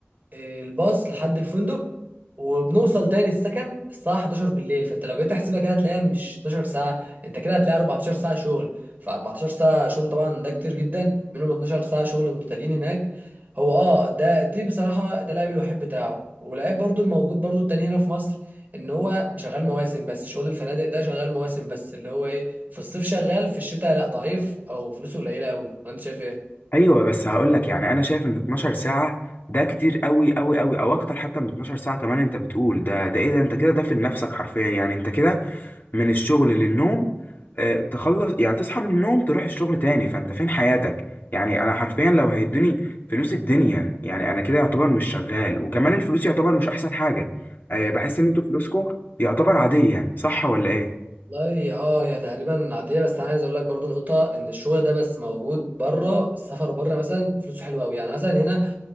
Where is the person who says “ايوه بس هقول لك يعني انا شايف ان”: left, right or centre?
Left